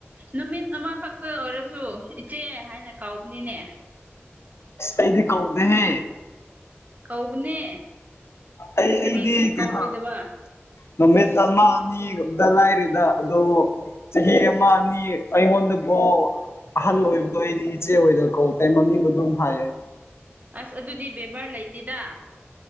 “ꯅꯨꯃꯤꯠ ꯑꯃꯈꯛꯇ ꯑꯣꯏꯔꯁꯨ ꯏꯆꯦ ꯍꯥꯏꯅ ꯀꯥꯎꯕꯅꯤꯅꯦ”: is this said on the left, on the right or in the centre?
Right